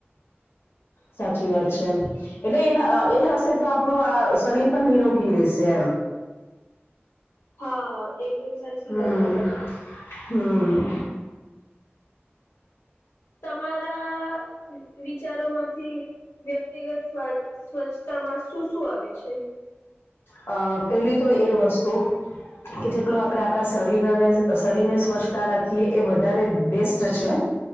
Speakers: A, on the left; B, on the left.
A: સાચી વાત છે એટલે એના એ હશે તો આપણું આ શરીર પણ નિરોગી રહેેશે એમ.
B: હા. એકદમ સાચી
A: હમ
B: વાત તમારી
A: હમ.
B: તમારા વિચારોમાંથી વ્યક્તિગત સ્ સ્વચ્છતામાં શું શું આવે છે.
A: અ પેલી તો એ વસ્તુ કે જેટલું આપણે આપણા શરીર અને શરીર ને સ્વચ્છતા રાખીએ એ વધારે બેસ્ટ છે.